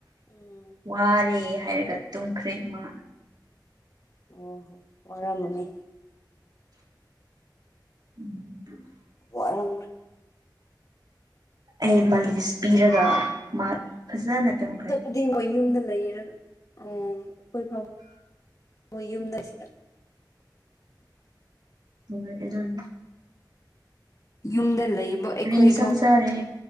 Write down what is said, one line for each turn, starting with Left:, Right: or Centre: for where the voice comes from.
Left: ꯎꯝ
Right: ꯋꯥꯔꯦ ꯍꯥꯏꯔꯒ ꯇꯨꯝꯈ꯭ꯔꯦ ꯃꯥ
Left: ꯑꯣ ꯍꯣ ꯋꯥꯔꯝꯃꯅꯤ
Right: ꯎꯝ
Left: ꯋꯥꯔꯝꯈꯔ꯭ꯦ
Right: ꯑꯩ ꯃꯥꯂꯤꯁ ꯄꯤꯔꯒ ꯃꯥ ꯐꯖꯅ ꯇꯨꯝꯈ꯭ꯔꯦ
Left: ꯐꯗꯤ ꯃꯣꯏ ꯌꯨꯝꯗ ꯂꯩꯔꯒ ꯑꯎꯝ ꯑꯩꯈꯣꯏ ꯐ ꯍꯣꯏ ꯌꯨꯝꯗ ꯁꯤꯗ
Right: ꯍꯣꯏ ꯑꯗꯨꯗ
Left: ꯌꯨꯝꯗ ꯂꯩꯕ ꯑꯩꯈꯣꯏ
Right: ꯀꯔꯤ ꯏꯟꯁꯥꯡ
Left: ꯐꯥꯎ
Right: ꯆꯥꯔꯦ